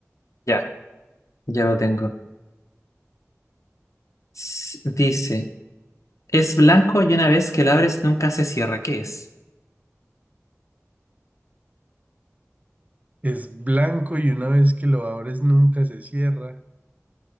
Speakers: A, on the left; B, on the right.
A: ya, ya lo tengo. S- Dice: Es blanco y una vez que lo abres nunca se cierra. ¿Qué es?
B: Es blanco y una vez que lo abres nunca se cierra.